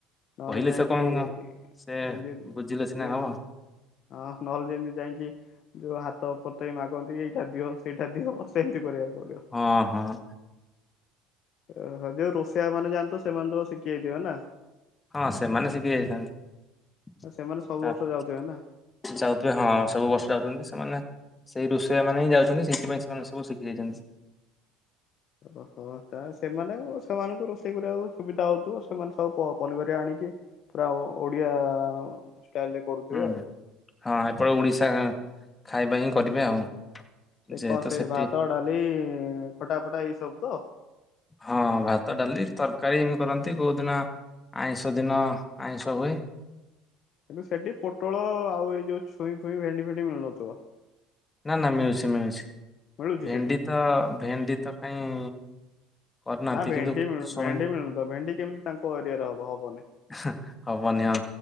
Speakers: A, on the left; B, on the left.
A: ନହେଲେ
B: କହିଲେ
A: ଯାଇକି
B: ସେ କଣ
A: ଏ
B: ସେ
A: ଜେମ୍
B: ବୁଝିଲେ ସିନା
A: ଜେମ୍
B: ହବ
A: ହଁ ନହେଲେ ଯେମତି ଯାଇକି ଯୋଉ ହାତ ପତ୍ ମୋତେ ମା କହନ୍ତି ଏଇଟା ଦିଅ ସେଇଟା ଦିଅ ସେମତି କରିବାକୁ। ପଡିବ।
B: ହଁ ହଁ,
A: ଓହୋ ଯୋଉ ରୋଷେୟା ମାନେ ଯାଆନ୍ତି ତ ସେମାନେ ତ ଶିଖି ଯାଇଥିବେ ନା?
B: ହଁ ସେମାନେ ଶିଖି ଯାଇଥାନ୍ତି।
A: ସେମାନେ ସବୁ
B: <inaudible>
A: ବର୍ଷ ଯାଉଥିବେ ନା।
B: ଯାଉଥିବେ ହଁ ସବୁ ବସି ଯାଉଛନ୍ତି। ମାନେ ସେଇ ରୋଷେଇଆ ମାନେ ହିଁ ଯାଉଛନ୍ତି ସେଇଥିପାଇଁ ସେମାନେ ସବୁ ଶିଖି ଯାଇଛନ୍ତି।
A: ଓହୋ ତା ଏ ସେମାନେ ସେମାନଙ୍କୁ ରୋଷେଇ କରିବାକୁ ସୁବିଧା ହୋଉଥିବ ସେମାନେ ସବୁ ପ ପନିପରିବା ଆଣିକି ପୁରା ଓଡ଼ିଆ ଷ୍ଟାଇଲରେ କରୁଥିବେ
B: ହୁଁ
A: ଆଉ।
B: ହଁ ଏପଟେ ଓଡିଶା ଖାଇବା ହିଁ କରିବେ ଆଉ।
A: ସେ
B: ଯେହେତୁ
A: କଣ ସେଇ
B: ସେଠି
A: ଭାତ ଡାଲି ଖଟା ଫଟା ଏଇ ସବୁ ତ?
B: ହଁ ଭାତ ଡାଲି ତରକାରୀ ଏମତି କରନ୍ତି କୋଉଦିିନ ଆଇଁଷ ଦିନ ଆଇଁଷ ହୁଏ।
A: କିନ୍ତୁ ସେଠି ପୋଟଳ ଆଉ ଏଇ ଯୋଉ ଛୁଇଁ ଫୁଇଁ ଭେଣ୍ଡି ଫେଣ୍ଡି ମିଳୁନଥିବ?
B: ନା ନା ମିଳୁଛି ମିଳୁଛି
A: ମିଳୁଛି
B: ଭେଣ୍ଡି
A: ସେଠି?
B: ତ ଭେଣ୍ଡି ତ କାଇଁ କରିନାହାନ୍ତି
A: ନା ଭେଣ୍ଡି
B: କିନ୍ତୁ
A: ମିଳୁ
B: ଛୁଇଁ
A: ଭେଣ୍ଡି ମିଳୁ ନଥିବ ଭେଣ୍ଡି କେମିତି ତାଙ୍କ ଏରିଆରେ ହବନି ହବ।
B: ହେଁ ହବନିି ହଁ